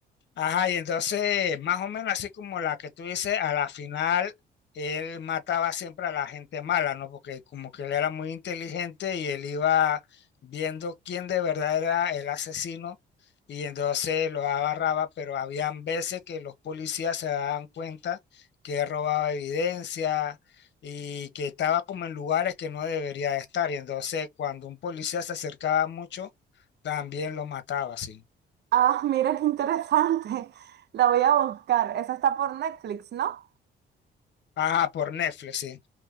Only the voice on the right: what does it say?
Ah, mira qué interesante. <laughs> La voy a buscar. Esa está por Netflix, ¿no?